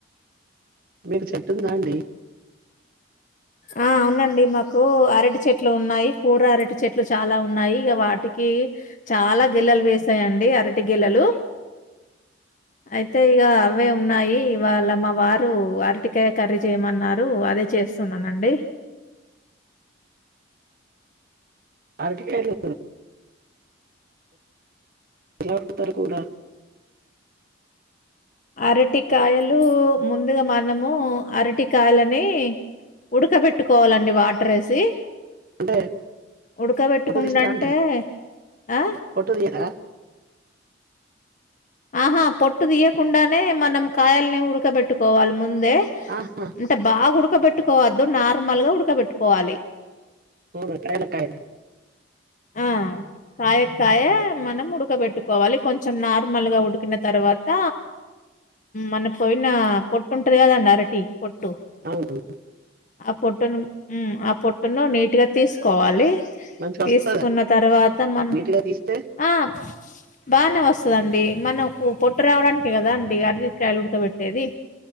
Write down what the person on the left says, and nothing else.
ఆ అవునండి మాకు అరటి చెట్లు ఉన్నాయి కూర అరటి చెట్లు చాలా ఉన్నాయి ఇగ వాటికి చాలా గెలెలు వేసాయండి అరటి గెలెలు అయితే ఇగ అవే ఉన్నాయి ఇవాళ మా వారు అరటికాయ కర్రీ చేయమన్నారు అదే చేస్ తున్నానండి
అరటికాయలు ముందుగా మనము అరటికాయలని ఉడకబెట్టుకోవాలండి వాటర్ వేసి
ఉడకబెట్టుకుండంటే
ఆ
ఆహా పొట్టు తీయకుండానే మనం కాయల్ని ఉడకబెట్టుకోవాలి ముంద్ ముందే
అంటే బాగా ఉడుక్ ఉడకబెట్టుకోవద్దు నార్మల్గా ఉడకబెట్టుకోవాలి
ఆ కాయక్ కాయ మనం ఉడకబెట్టుకోవాలి కొంచం నార్మల్గా ఉడికిన తర్వాత మన పోయిన పొట్టు ఉంటది కదండి అరటి పొట్టు
ఆ పొట్టును ము ఆ పొట్టును నీటుగా తీసుకోవాలి
తీసుకున్న తర్వాత మన్
ఆ బానే వస్తదండి మనకు పొట్టు రావడానికే కందండి అరిటీ కాయలు ఉడకబెట్టేది